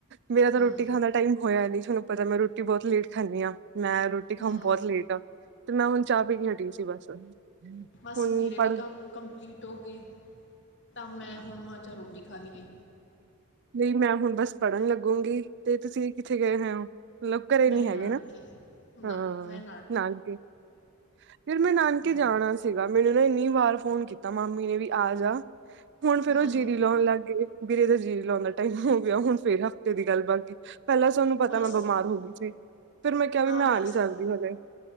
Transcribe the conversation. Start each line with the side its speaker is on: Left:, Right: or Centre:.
Right: ਮੇਰਾ ਤਾਂ
Left: ਹੂੰ
Right: ਰੋਟੀ ਖਾਣ ਦਾ ਟਾਈਮ ਹੋਇਆਂ ਨੀ ਤੁਹਾਨੂੰ ਪਤਾ ਮੈਂ ਰੋਟੀ ਬਹੁਤ ਲੇਟ ਖਾਨੀ ਆਂ। ਮੈਂ ਰੋਟੀ ਖਾਣ
Left: ਹੂੰ
Right: ਬਹੁਤ ਲੇਟ ਆ ਤੇ ਮੈਂ ਹੁਣ ਚਾਹ ਪੀ ਕੇ ਹਟੀ ਸੀ ਬਸ ਹੁਣ
Left: ਬਸ ਮੇਰੇ
Right: ਪੜ
Left: ਵੀ ਕੰਮ ਕੰਪਲੀਟ ਹੋ ਗਏ ਤਾਂ ਮੈਂ ਹੁਣ ਮੈਂ ਰੋਟੀ ਖਾ ਲਈਏ।
Right: ਨਈ ਮੈਂ ਹੁਣ ਬਸ ਪੜ੍ਹਨ ਲੱਗੂਗੀ ਤੇ ਤੁਸੀਂ ਕਿੱਥੇ ਗਏ ਹੋਏ ਓ। ਲੋਕ ਘਰੇ
Left: ਮੈਂ
Right: ਨੀ ਹੈਗੇ
Left: ਨਾਨਕੇ
Right: ਨਾ
Left: ਨਾ
Right: ਹਾਂ
Left: ਮੈਂ
Right: ਨਾਨਕੇ ਫਿਰ ਮੈਂ ਨਾਨਕੇ
Left: ਹੂੰ
Right: ਜਾਣਾ ਸੀ। ਸੀਗਾ ਮੈਨੂੰ ਨਾ ਇੰਨੀ ਵਾਰ ਫੋਨ ਕੀਤਾ ਮਾਮੀ ਨੇ ਵੀ ਆ ਜਾ ਹੁਣ ਫਿਰ
Left: ਹੂੰ
Right: ਓ ਜੀਰੀ ਲਾਉਂਣ ਲੱਗ ਗਏ। ਵੀਰੇ ਦਾ ਜੀ ਲਾਉਣ ਦਾ ਟਾਈਮ ਹੋ ਗਿਆਂ ਹੁਣ ਫਿਰ ਹਫ਼ਤੇ ਦੀ ਗੱਲ ਬਣ ਗਈ ਪੈਲਾਂ ਤੁਹਨੂੰ ਪਤਾ
Left: ਬਸ
Right: ਮੈਂ ਬਿਮਾਰ ਹੋ ਗਈ ਸੀ ਫੇਰ ਮੈਂ ਕਿਆ ਵੀ
Left: ਹਾਂ
Right: ਮੈਂ
Left: ਬਸ
Right: ਆ ਨਈ ਸਕਦੀ ਹਜੇ